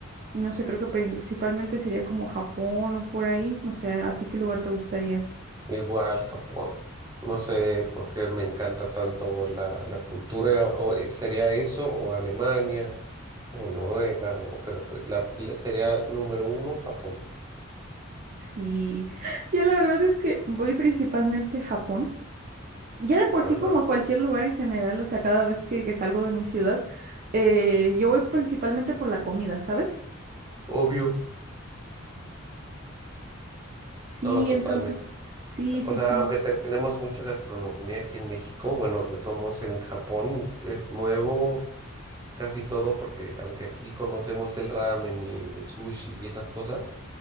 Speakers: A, on the right; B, on the right.
A: No sé, creo que principalmente sería como Japón o por ahí. No sé, ¿a ti qué lugar te gustaría?
B: Igual, Japón. No sé por qué me encanta tanto la, la cultura. o- sería eso o Alemania o Noruega, o- pero pre- la, la- sería número uno Japón.
A: Sí, <gasps> <laughs> ya la verdad es que voy principalmente a Japón. Ya de por
B: Ajá,
A: sí como a cualquier lugar en general, o sea, cada vez que, que salgo de mi ciudad, eh, yo voy principalmente por la comida, ¿sabes?
B: obvio.
A: Sí,
B: No, totalmente.
A: entonces, sí,
B: O
A: sí,
B: sea,
A: sí.
B: aunque te- tenemos mucha gastronomía aquí en México, bueno, de todos modos en Japón es nuevo casi todo, porque aunque aquí conocemos el ramen y el sushi y esas cosas,